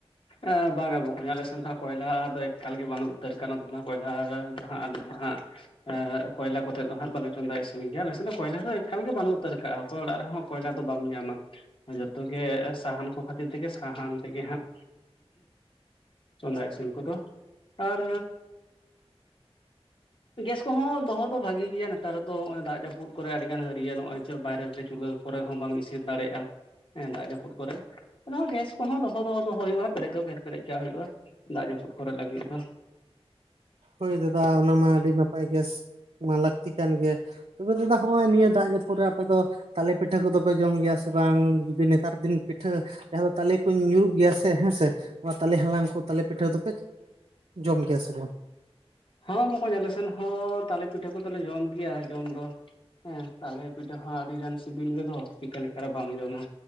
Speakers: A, on the left; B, on the right.
A: ᱮ ᱵᱟᱝᱟ ᱵᱚᱠᱚᱧ ᱟᱞᱮ ᱥᱮᱱ ᱫᱚ ᱦᱟᱸᱜ ᱠᱚᱭᱞᱟ ᱫᱚ ᱮᱠᱟᱞ ᱜᱮ ᱵᱟᱹᱱᱩᱜ ᱩᱛᱟᱹᱨ ᱠᱟᱱᱟ ᱱᱚᱣᱟ ᱠᱚᱭᱞᱟ ᱨᱮ ᱫᱚ ᱦᱟᱸᱜ ᱟᱞᱮ ᱫᱚ ᱦᱟᱸᱜ, ᱮᱸ ᱠᱚᱭᱞᱟ ᱠᱚᱛᱮᱫ ᱫᱚ ᱦᱟᱸᱜ ᱵᱟᱞᱮ ᱪᱚᱸᱫᱟ ᱤᱥᱤᱱ ᱜᱮᱭᱟ, ᱟᱞᱮ ᱥᱮᱫ ᱫᱚ ᱠᱚᱭᱞᱟ ᱫᱚ ᱮᱠᱟᱞ ᱜᱮ ᱵᱟᱹᱱᱩᱜ ᱩᱛᱟᱹᱨ ᱠᱟᱜᱼᱟ ᱚᱠᱚᱭ ᱚᱲᱟᱜ ᱨᱮᱦᱚᱸ ᱠᱚᱭᱞᱟ ᱫᱚ ᱵᱟᱢ ᱧᱟᱢᱟ, ᱡᱚᱛᱚ ᱜᱮ ᱥᱟᱦᱟᱱ ᱠᱚ ᱠᱷᱟᱛᱤᱨ ᱛᱮᱜᱮ ᱥᱟᱦᱟᱱ ᱛᱮᱜᱮ ᱦᱟᱸᱜ ᱪᱚᱸᱫᱟ ᱤᱥᱤᱱ ᱠᱚᱫᱚ, ᱟᱨ <inaudible> ᱜᱮᱥ ᱠᱚᱦᱚᱸ ᱫᱚᱦᱚ ᱫᱚ ᱵᱷᱟᱜᱤ ᱜᱮᱭᱟ ᱱᱮᱛᱟᱨ ᱫᱚ ᱱᱚᱜᱼᱚᱭ ᱫᱟᱜ ᱡᱟᱹᱯᱩᱫ ᱠᱚᱨᱮ ᱟᱹᱰᱤ ᱜᱟᱱ ᱦᱟᱹᱨᱤᱭᱟ ᱱᱚᱜᱼᱚᱭ ᱪᱚ ᱵᱟᱭᱨᱮ ᱨᱮ ᱪᱩᱞᱦᱟᱹ ᱠᱚᱨᱮ ᱦᱚᱸ ᱵᱟᱢ ᱤᱥᱤᱱ ᱫᱟᱲᱮᱭᱟᱜᱼᱟ ᱦᱮᱸ ᱫᱟᱜ ᱡᱟᱹᱯᱩᱫ ᱠᱚᱨᱮ ᱜᱮᱥ ᱠᱚᱦᱚᱸ ᱫᱚᱦᱚ ᱫᱚ ᱫᱚᱦᱚ ᱦᱩᱭᱩᱜᱼᱟ ᱾ ᱯᱮᱨᱮᱡ ᱫᱚ ᱜᱮ ᱯᱮᱨᱮᱡ ᱠᱟᱜ ᱦᱩᱭᱩᱜᱼᱟ ᱫᱟᱜ ᱡᱟᱹᱯᱩᱫ ᱠᱚᱨᱮ ᱞᱟᱹᱜᱤᱫ ᱫᱚ ᱾
B: ᱦᱳᱭ ᱫᱟᱫᱟ ᱚᱱᱟ ᱢᱟ ᱟᱹᱰᱤ ᱱᱟᱯᱟᱭ ᱜᱮᱥ ᱢᱟ ᱞᱟᱹᱠᱛᱤ ᱠᱟᱱ ᱜᱮ ᱛᱚᱵᱮ ᱫᱟᱫᱟ ᱦᱚ ᱦᱚᱭ ᱱᱤᱭᱟᱹ ᱫᱟᱜ ᱡᱟᱹᱯᱩᱫ ᱨᱮ ᱟᱯᱮ ᱫᱚ ᱛᱟᱞᱮ ᱯᱤᱴᱷᱟᱹ ᱠᱚᱫᱚᱯᱮ ᱡᱚᱢ ᱜᱮᱭᱟ ᱥᱮ ᱵᱟᱝ ᱡᱩᱫᱤ ᱱᱮᱛᱟᱨ ᱫᱤᱱ ᱯᱤᱴᱷᱟᱹ ᱡᱟᱦᱟᱸ ᱫᱚ ᱛᱟᱞᱮ ᱠᱚ ᱧᱩᱨᱩᱜ ᱜᱮᱭᱟ ᱥᱮ ᱦᱮᱸ ᱥᱮ ᱚᱱᱟ ᱛᱟᱞᱮ ᱦᱟᱞᱟᱝ ᱠᱚ ᱛᱟᱞᱮ ᱯᱤᱴᱷᱟᱹ ᱫᱚᱯᱮ ᱡᱚᱢ ᱜᱮᱭᱟ ᱥᱮ ᱵᱟᱝ?
A: ᱦᱮᱸ ᱵᱚᱠᱚᱧ ᱟᱞᱮ ᱥᱮᱱ ᱦᱚᱸ ᱛᱟᱞᱮ ᱯᱤᱴᱷᱟᱹ ᱠᱚᱫᱚᱞᱮ ᱡᱚᱢ ᱜᱮᱭᱟ ᱡᱚᱢ ᱫᱚ ᱾ ᱦᱮᱸ ᱛᱟᱦᱞᱮ ᱯᱤᱴᱷ ᱦᱚᱸ ᱟᱹᱰᱤ ᱜᱟᱱ ᱥᱤᱵᱤᱞ ᱜᱮᱫᱚ ᱪᱤᱠᱟᱹ ᱞᱮᱠᱟᱨᱮ ᱵᱟᱢ ᱡᱚᱢᱟ